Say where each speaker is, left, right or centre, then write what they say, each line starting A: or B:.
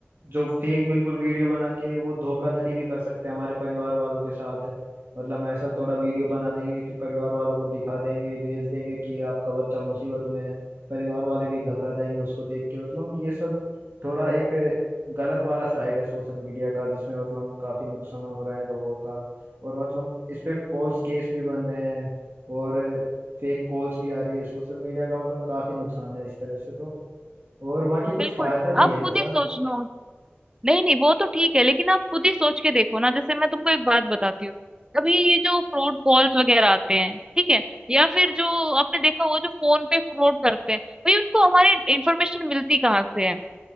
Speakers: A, on the right (about 60°); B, on the right (about 20°).
A: जो फेक बिल्कुल वीडियो बना के वो धोखाधड़ी भी कर सकते हैं हमारे परिवार वालों के साथ मतलब ऐसा थोड़ा वीडियो बना देंगे कि परिवार वालों को दिखा देंगे भेज देंगे कि आपका बच्चा मुसीबत में है परिवार वाले भी घबरा जाएंगे उसको देख के मतलब ये सब थोड़ा एक गलत वाला साइड है सोशल मीडिया का जिसमें मतलब काफी नुकसान हो रहा है लोगों का और मतलब इस पे फॉल्स केस भी बन रहे हैं और फेक कॉल्स भी आ रही है सोशल मीडिया का मतलब काफी नुकसान है इस तरह से तो और बाकी कुछ
B: बिल्कुल
A: फायदा भी
B: आप
A: है
B: खुद
A: ऐसा।
B: ही सोच लो नहीं नहीं वो तो ठीक है लेकिन आप खुद ही सोच के देखो ना जैसे मैं तुमको एक बात बताती हूँ अभी ये जो फ्रॉड कॉल्स वगैरह आते हैं ठीक है या फिर जो आपने देखा वो जो फोन पे फ्रॉड करते हैं भाई उनको हमारी इंफॉर्मेशन मिलती कहाँ से है